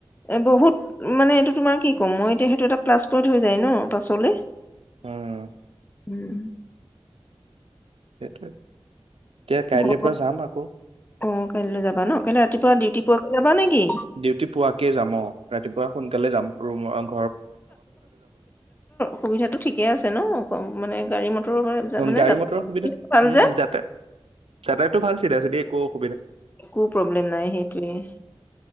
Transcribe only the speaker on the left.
এ বহুত মানে এইটো তোমাৰ কি ক'ম মই এতিয়া সেইটো এটা প্লাছ পইন্ট হৈ যায় ন পাছলৈ
উম
ঘৰত
অ কাইলৈ যাবা ন কাইলৈ ৰাতিপুৱা ডিউটি পোৱাকে যাবা নেকি?
সুবিধাটো ঠিকে আছে ন মানে গাড়ী মটৰ মানে
যা-
ভাল
যে
একো প্ৰব্লেম নাই সেইতোৱেই